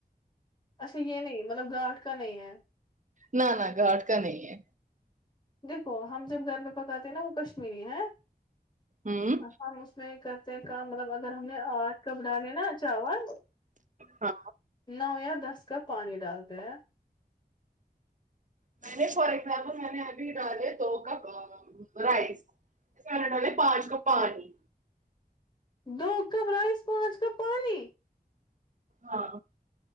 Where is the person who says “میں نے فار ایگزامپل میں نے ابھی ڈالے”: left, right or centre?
Right